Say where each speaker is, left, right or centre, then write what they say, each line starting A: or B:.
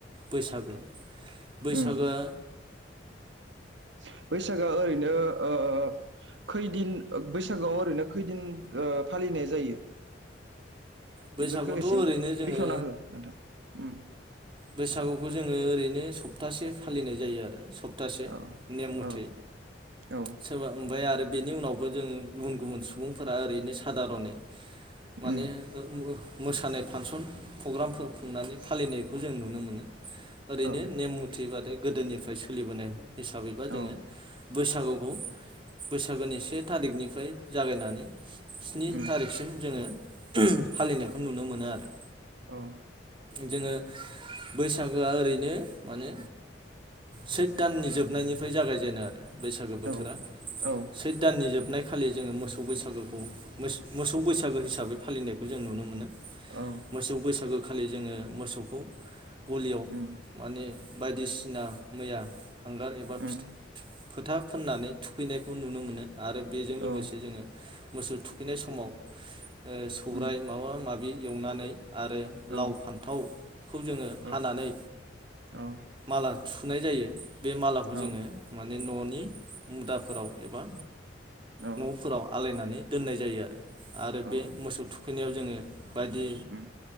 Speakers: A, on the right; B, on the right.
A: बैसागो
B: औ
A: बैसागोआ
B: उम उम आ। बैसागआ ओरैनो ओ खैदिन बैसागोआव ओरैनो खैदिन फालिनाय जायो।
A: बैसागुथ
B: बेफोरखौ एसे
A: ओरैनो जोङो
B: बेखेवना हो नोंथां उम
A: बैसागुखौ जोङो ओरैनो सप्तासे फालिनाय जायो आरो। सप्तासे
B: औ
A: नेम मथै
B: औ औ
A: सोरबा ओमफ्राय आरो बेनि उनावबो जों गुबुन गुबुन। सुबुंफोरा ओरैनो सादारनै माने
B: उम
A: मोसानाय। फांसन प्रग्रामफोर खुंनानै फालिनायखौ जों नुनो मोनो। ओरैनो
B: औ
A: नेम मुथि बाद गोदोनिफ्राय सोलिबोनाय हिसाबैबा जोङो
B: औ
A: बैसागुखौ बैसागोनि से थारिखनिफ्राय जागायनानै स्नि
B: उम
A: थारिखसिम जोङो फालिनायखौ नुनो मोनो आरो
B: औ
A: जोङो बैसागोआ ओरैनो माने सैथ दाननि जोबनायनिफ्राय जागायजेनो आरो बैसागो बोथोरा
B: औ औ
A: सैथ दाननि जोबनाय खालि जोङो मोसौ बैसागु मो मोसौ बैसा गु हिसाबै फालिनायखौ जों नुनो मोनो
B: औ
A: मोसौ बैसागु खालि जोङो मोसौखौ गलियाव
B: उम
A: माने बायदिसिना मैया हांगार एबा फिथ'
B: उम
A: फोथा फुननानै थुखैनायखौ नुनो मोनो आरो बेजों
B: औ
A: लोगोसे जोङो मोसौ थुखैनाय समाव ओ सौराय
B: उम
A: माबा माबि एवनानै आरो
B: औ
A: लाव फान्थावखौ जोङो हानानै
B: औ औ
A: माला थु नाय जायो बे मालाखौ जोङो
B: औ
A: माने न'नि नि मुदाफोराव एबा
B: औ
A: न'फोराव आलायनानै दोननाय जायो आरो आरो
B: औ
A: बे मोसौ थु खैनायाव जोङो बायदि
B: उम